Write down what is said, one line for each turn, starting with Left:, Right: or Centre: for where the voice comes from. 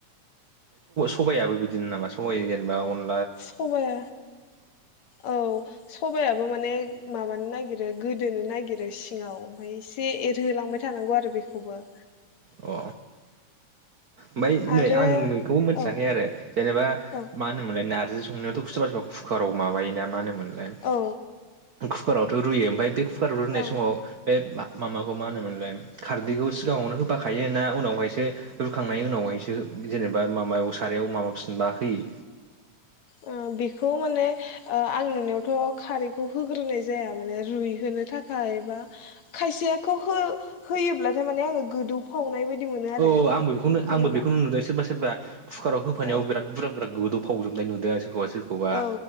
Right: सबाइयाबो बिदिनो नामा सबाइ जेनेबा अन
Left: सबाया औ सबायाबो माने माबानो नागिरो गोदोनो नागिरो सिङाव ओमफ्राय एसे एरहोलांबाय थानांगौ आरो बेखौबो।
Right: अ ओमफ्राय
Left: आरो
Right: नै आं बेखौबो मिथियाखै
Left: औ
Right: आरो जेनेबा
Left: औ
Right: मा होनोमोनलाय नारजि संनायावथ सोरबा सोरबा कुकाराव माबायोना मा होनोमोन <unintelligible>
Left: औ
Right: कुकारावथ रुयो ओमफ्राय बे कुकाराव रुनाय
Left: औ
Right: समाव बे माबाखौ मा होनोमोनलाय खारदैखौ सिगाङावनो होफाखायो ना उनावहायसो रुखांनायनि उनावहायसो जेनेबा माबायाव सारायाव माबाफिनबा होयो?
Left: ओ बेखौ माने आं नुनायावथ खारैखौ होग्रोनाय जाया माने रुइहोनो थाखाय बा खायसेखौ हो-होयोब्लाथाय माने आङो गोदौफावनाय बायदि मोनो आरो
Right: औ आंबो बेखौनो
Left: जेनेबा
Right: आंबो बेखौनो नुदों सोरबा सोरबा कुकाराव होफानायाव
Left: औ
Right: बिराद बुरजा गोदौ फावजोबनाय नुदों आं सोर खौबा सोरखौबा
Left: औ